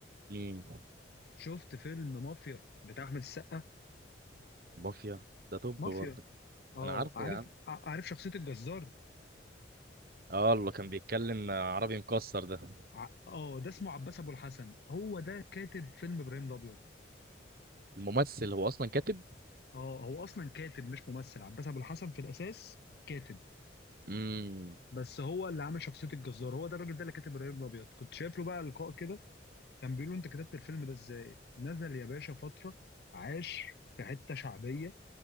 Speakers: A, on the right; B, on the left.
A: مين
B: شفت فيلم مافيا بتاع احمد السقا
A: مافيا ده توب
B: مافيا
A: برضه
B: اه
A: انا عارفه
B: عارف
A: يا عم
B: ع- عارف شخصيه الجزار
A: اه اللي كان بيتكلم عربي مكسر ده
B: ع- اه ده اسمه عباس ابو الحسن هو ده كاتب فيلم ابراهيم الابيض
A: الممثل هو اصلا كاتب
B: اه هو اصلا كاتب مش ممثل عباس ابو الحسن في الاساس كاتب
A: امم
B: بس هو اللي عامل شخصيه الجزار هو ده الراجل ده اللي كاتب ابراهيم الابيض كنت شايف له بقى لقاء كده كان بيقول له انت كتبت الفيلم ده ازاي نزل يا باشا فتره عاش في حته شعبيه